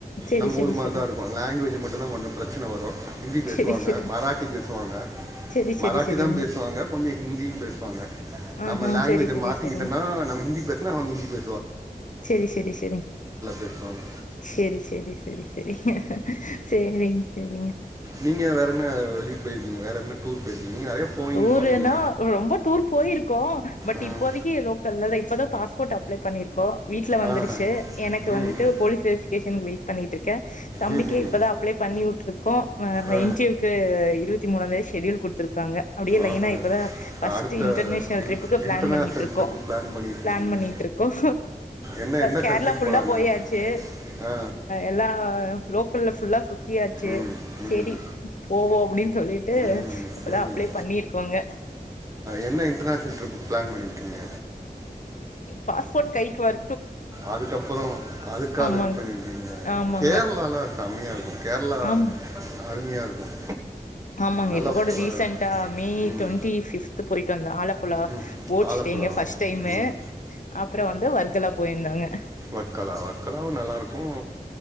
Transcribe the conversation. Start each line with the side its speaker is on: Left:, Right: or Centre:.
Left: செரி
Right: நம்ம
Left: செரி
Right: ஊர் மாரி
Left: செரி
Right: தான் இருக்கும் லாங்குவேஜ் மட்டு இப்ப தான் கொஞ்சம் பிரச்சனை வரும் ஹிந்தி பேசுவாங்க
Left: செரி செரி
Right: மராட்டி பேசுவாங்க
Left: செரி
Right: மராட்டி
Left: செரி செரிங்க
Right: தான் பேசுவாங்க கொஞ்சம் ஹிந்தியும் பேசுவாங்க
Left: ஆ
Right: நம்ம
Left: ஆ
Right: லாங்குவேஜ்
Left: செரி செரி
Right: மாத்திக்கிட்டோம்னா
Left: செரிங்
Right: நம்ம ஹிந்தி பேசுனா அவுங்க ஹிந்தி பே
Left: செரி செரி செரி
Right: பேசுவாங்க
Left: செரி செரி செரி செரிங்க செரிங்க செரிங்க
Right: நீங்க வேற என்ன வெளிய போயிருக்கீங்க வேற என்ன டூர் போயிருக்கீங்க நீங்கள் நிறையா போயின்னு
Left: டூருன்னா
Right: சொன்னீங்க
Left: ரொம்ப டூர் போயிருக்கோம் பட்
Right: ம்
Left: இப்போதைக்கி லோக்கல்ல இப்போதான் பாஸ்போர்ட் அ ப்ளே பண்ணியிருக்கோம் வீட்ல வந்துருச்சு
Right: ஆஹா
Left: எனக்கு
Right: ம்
Left: வந்துட்டு
Right: ம்
Left: போலீஸ் வெரிஃபிகேஷனுக்கு வெயிட் பண்ணிட்டு இருக்கேன் தம்பிக்கு
Right: ம்ஹும்.
Left: இப்பதான் அப்ளே பண்ணி விட்டுருக்கோம்
Right: ஆ
Left: இடர்வியூக்கு இருபத்தி மூணாந்தேதி செஷடியூல் கொடுத்துருக்காங்க அப்புடியே லைன்னா
Right: ஆஹா
Left: இப்பதா
Right: இப்ப
Left: ஃப்ர்ஸ்ட்
Right: அடுத்த
Left: இன்டர்நேஷ்னல்
Right: இன்
Left: ட்ரிப்புக்கு பிளான்
Right: இன்டர்நேஷ்னல்
Left: பண்ணிட்டு இருக்கோம்
Right: ட்ரிப்பு பிளான் பண்ணிகிட்டு
Left: பிளான்
Right: இருக்கீங்க
Left: பண்ணிட்டு இருக்கோம்
Right: என்ன என்ன
Left: கேரளா
Right: கண்ட்ரிக்கு
Left: ஃபுல்லா
Right: போகலான்னு
Left: போயாச்சு
Right: ஆ
Left: எல்லா ஃபுல்லா ஃபுல்லா சுத்தியாச்சு
Right: ம்
Left: சேரி
Right: ம்
Left: போவோம் அப்புடின்னு சொல்லிட் டு
Right: ம்
Left: இப்பதான்
Right: ம்
Left: அப்ளே பண்ணிருக்கோங்க
Right: என்ன இன்டர்நேஷனல் ட்ரிப்புக்கு பிளான் பண்ணயிருக்கீங்க
Left: பாஸ்போட் கைக்கு வர
Right: அதுக்கப்புறம் அதுக்கா
Left: ஆமாங்க
Right: வெயிட் பண்ணிருக்கீங்க
Left: ஆமாங்க
Right: கேரளாலா செம்மெயா இருக்கும் கேரளா
Left: ஆம்
Right: அருமையா இருக்கும்
Left: ஆமாங்க
Right: நல்லா
Left: இப்ப கூட
Right: ஃப-
Left: ரீசெண்டா மே
Right: ம்
Left: டுவெண்ட்டி பிப்து போயி டு வந்தேன் ஆலப் புழா
Right: ம்
Left: போச்சிட்டிங்
Right: ஆலப்புழா
Left: ஃபர்ஸ்ட் டைம்
Right: ம்
Left: அப்புறம் வந்து வர்க்கலா போயிருந்தோம்ங்க
Right: வக்கலா வக்கலாவும் நல்லா இருக்கும்